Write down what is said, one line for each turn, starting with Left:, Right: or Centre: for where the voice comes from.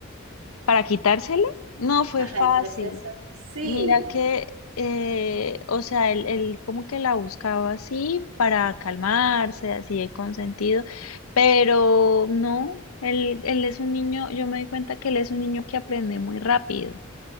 Left: para quitársela. No fue
Right: Ajá,
Left: fácil.
Right: el proceso. Sí.
Left: Mira que, eh, o sea, él, él como que la buscaba así para calmarse, así de consentido, pero no, él, él es un niño, yo me di cuenta que él es un niño que aprende muy rápido.